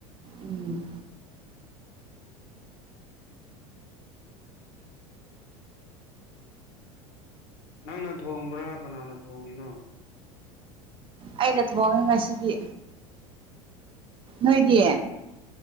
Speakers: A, on the right (about 30°); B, on the left (about 55°).
A: ꯎꯝ
B: ꯅꯪꯅ ꯊꯣꯡꯕ꯭ꯔꯥ ꯀꯅꯥꯅ ꯊꯣꯡꯉꯤꯅꯣ
A: ꯑꯩꯅ ꯊꯣꯡꯉꯦ ꯉꯁꯤꯗꯤ ꯅꯣꯏꯗꯤ